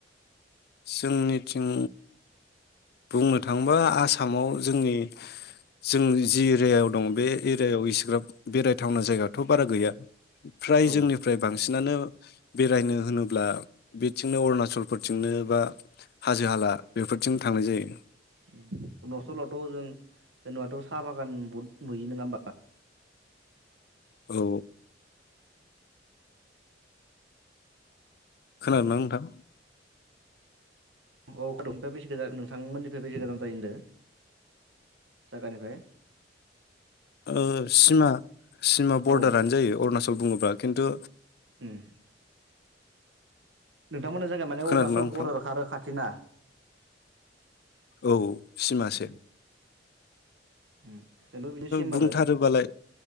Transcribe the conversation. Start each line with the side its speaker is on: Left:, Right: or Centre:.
Left: जोंनिथिं बुंनो थाङोबा आसामाव। जोंनि। जों जि एरियायाव दं बे एरियायाव इसिग्राब बेरायथावना जायगाथ' बारा गैया। फ्राय
Right: औ
Left: जोंनिफ्राय बांसिन। बांसिनानो बेरायनो होनोब्ला बिथिंनो अरुनासलफोरथिंनो बा हाजो हाला थांनाय जायो
Right: अरुनासलावथ जों जेनबाथ साहा बागान बहुद नुयो नोङा होमबा
Left: औ खोनादों ना नोंथां
Right: अ <unintelligible> बेसे गोजान नोंथांमोननिफाय बेसे गोजान जायो होनदो जागानिफाय
Left: ओ सिमा सिमा बरदारानो
Right: औ
Left: जायो अरनासल बुङोब्ला किन्तु
Right: उम नोंथांमोना जागाया माने
Left: खोनादोंना
Right: अरनासल
Left: नोंथां
Right: बरदार खा आरो खाथिना
Left: औ सिमासो
Right: उम उम जोंबो बिदि सिमबारो
Left: बुंथारोबालाय